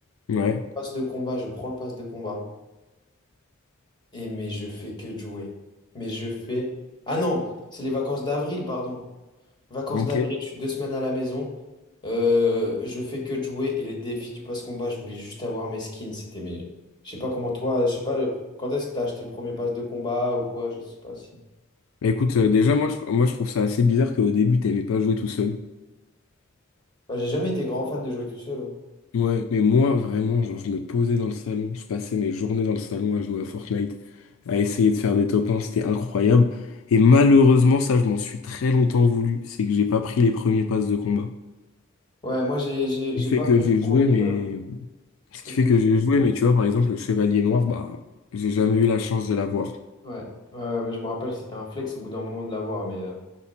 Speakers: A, on the left (about 70°); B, on the left (about 20°).
A: ouais.
B: où je passe de combat, je prends le passe de combat. Et mais je fais que de jouer. Mais je fais... Ah non, c'est les vacances d'avril, pardon. Vacances
A: Ok.
B: d'avril, je suis deux semaines à la maison. Euh, je fais que de jouer. Et les défis du pass combat, je voulais juste avoir mes skins. C'était mes... Je sais pas comment toi... Je sais pas quand est-ce que t'as acheté le premier pass de combat ou quoi. Je sais pas si...
A: Bah, écoute, euh, déjà, moi je, moi, je trouve ça assez bizarre qu'au début, t'aimais pas jouer tout seul.
B: Bah, j'ai jamais été grand fan de jouer tout seul. hein.
A: Ouais, mais moi, vraiment, genre, je me posais dans le salon, je passais mes journées dans le salon à jouer à Fortnite, à essayer de faire des top 1, c'était incroyable. Et malheureusement, ça, je m'en suis très longtemps voulu, c'est que j'ai pas pris les premiers passes de combat.
B: Ouais, moi, j'ai j'ai-
A: Ce
B: j'ai
A: qui fait
B: pas
A: que
B: pris
A: j'ai
B: le premier,
A: joué, mais...
B: malheureusement. J'ai
A: Ce
B: pris
A: qui
B: le
A: fait
B: deuxième.
A: que j'ai joué, mais tu vois, par exemple, le Chevalier Noir, bah, j'ai jamais eu la chance de l'avoir.
B: Ouais, ouais, ouais, mais je me rappelle, c'était un flex au bout d'un moment de l'avoir. Mais, euh,